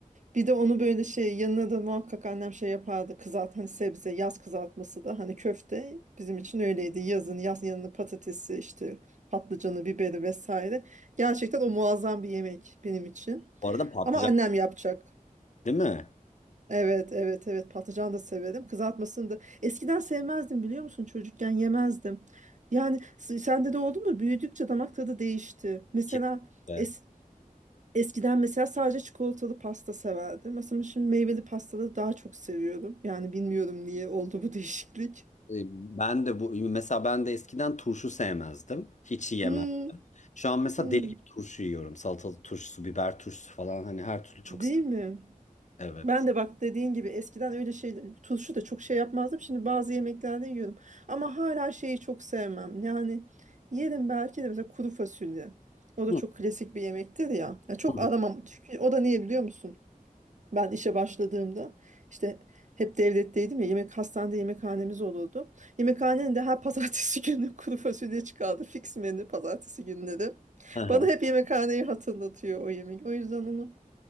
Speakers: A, on the right; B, on the left.
A: Bir de onu böyle şey yanına da muhakkak annem şey yapardı kızart hani sebze yaz kızartması da hani köfte bizim için öyleydi yazın yaz yanına patatesi işte patlıcanı biberi vesaire gerçekten o muazzam bir yemek benim için
B: Bu arada patlıcan
A: ama annem yapacak
B: değil mi?
A: evet evet evet patlıcan da severim kızartmasını da eskiden sevmezdim biliyor musun çocukken yemezdim yani s- sende de oldu mu büyüdükçe damak tadı değişti mesela
B: Kesinlikle.
A: es Eskiden mesela sadece çikolatalı pasta severdim. Mesela şimdi meyveli pastaları daha çok seviyorum. Yani bilmiyorum niye oldu bu <laughs> değişiklik.
B: E, Ben de bu mesela ben de eskiden turşu sevmezdim. Hiç yiyemem.
A: Hmm,
B: Şu an mesela
A: hmm.
B: deli gibi turşu yiyorum. Salatalık turşusu, biber turşusu falan hani her türlü çok
A: Değil
B: seviyorum.
A: mi?
B: Evet.
A: Ben de bak dediğin gibi eskiden öyle şey turşu da çok şey yapmazdım. Şimdi bazı yemeklerde yiyorum. Ama hala şeyi çok sevmem. Yani yerim belki de mesela kuru fasulye. O da
B: Hı.
A: çok klasik bir yemektir ya. Ya çok
B: Hı hı.
A: aramam. Çünkü o da niye biliyor musun? Ben işe başladığımda işte hep devletteydim ya yemek hastanede yemekhanemiz olurdu. Yemekhanenin de her pazartesi <laughs> günü kuru fasulye çıkardı. Fix menü pazartesi günleri.
B: Hı hı.
A: Bana hep yemekhaneyi hatırlatıyor o yemek. O yüzden onu.